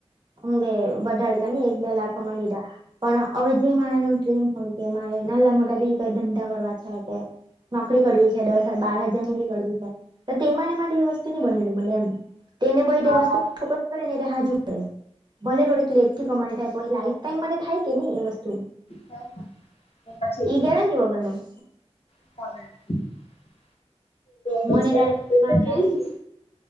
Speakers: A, on the right; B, on the left.
A: એમકે વધા લીધા ને એક બે લાખ કમાઈ લીધા પણ હવે જે મારે નુ ડ્રીમ હોય કે મારે નાના મોટા બી કઈ ધંધા કરવા છે કે નોકરી કરવી છે, દસ બાર હજાર ની બી કરવી છે, તો તે માણે માટે એ વસ્તુ નહી બનેલું મલે એમ તેને પહી
B: હા
A: તે વસ્તુ ફોકસ પડે ને કે હાજુ પડે. ભલે થોડી લેટ થી કમાણી થાય પણે લાઈફ ટાઈમ મારે થાય કે નિ એ વસ્તુ
B: હા હા એ <unintelligible>
A: ઈ ગેરંટી વગરનું.
B: <unintelligible> પૈસા
A: મને એદાડ
B: પૈસા
A: મા પ્રેન
B: જોઈ ને